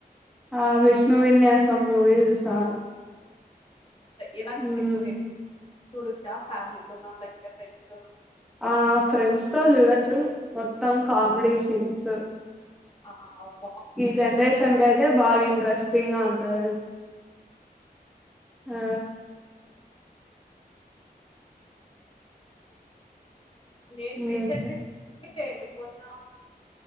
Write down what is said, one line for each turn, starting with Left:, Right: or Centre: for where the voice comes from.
Centre: ఆ విష్ణు విన్యాసం మూవీ చూసా
Left: ఎలాంటి
Centre: మ్మ్
Left: మూవి అండి చూడోచ్చా ఫ్యామిలీ తోన లేకుంటే ఫ్రెండ్స్ తోన
Centre: ఆ ఫ్రెండ్స్ తో చూడొచ్చు మొ మొత్తం కామ్డీ సీన్స్
Left: ఆహా అవు
Centre: ఈ జనరేషన్ కైతే బాగా ఇంట్రెస్టింగ ఉంటదండి ఆ
Left: నేను
Centre: ఇంకేంటి
Left: రీసెంట్ <inaudible> మొన్న